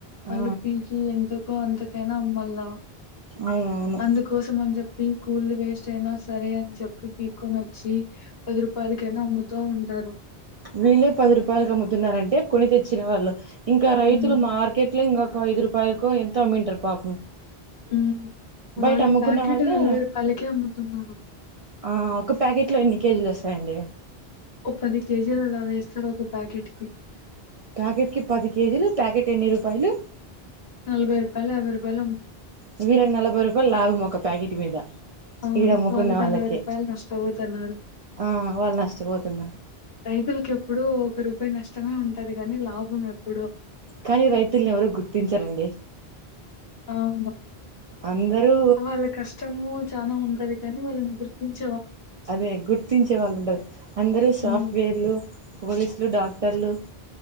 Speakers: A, on the left; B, on the right.
A: వాళ్ళు
B: ఆ
A: పిల్చి ఎంతకో అంతకైనా అమ్మలా
B: అవునవును
A: అందుకోసం అని చెప్పి కూర్లు వేస్ట్ అయినా సరే అని చెప్పి పీకుకొని వచ్చి పది రూపాయలకైనా అమ్ముతా ఉంటారు
B: వీళ్ళే పది రూపాయలు అమ్ముతున్నారంటే కొని తెచ్చిన వాళ్ళు ఇంకా రైతులు
A: ఉమ్
B: మార్కెట్ లో ఇంకా ఒక ఐదు రూపాయికో ఎంత అమ్మింటరూ పాపం
A: ఉ
B: బయట
A: వాళ్ళు
B: అమ్ముకున్న
A: ప్యాకెట్
B: వాళ్ళే
A: నలభై రూపాల్కే అమ్ముతున్నరూ
B: ఆ ఒక్క ప్యాకెట్లో ఎన్ని కేజీలొస్తయండి
A: ఒ పది కేజీలలా వేస్తారు ఒక్క ప్యాకెట్కి
B: ప్యాకెట్కి పది కేజీలు ప్యాకెట్ ఎన్ని రూపాయలు
A: నలభై రూపాయల్ యాబైరూపాయలు
B: ఇ వీరికి నలభై రూపాయలు లాభం ఒక ప్యాకెట్ మీద
A: అవును
B: ఈడ అమ్ముకున్న
A: వాళ్ళు
B: వాళ్ళకి
A: నలపైరూపైలు నష్టపోతన్నారు
B: ఆ వాళ్ళు నష్టపోతున్నారు
A: రైతుల్కి ఎప్పుడు ఒక రూపాయి నష్టమే ఉంటది గాని లాభం ఎప్పుడు
B: కానీ రైతుల్ని ఎవరు గుర్తించరండి
A: అవును
B: అందరూ
A: వాళ్ళ కష్టము చాలా ఉంటది చనీ వాళ్ళని గుర్తించ
B: అదే గుర్తించే వాళ్ళు ఉండరూ అందరు
A: హ్మ్.
B: సాఫ్ట్వేర్లు పోలీసులు డాక్టర్లు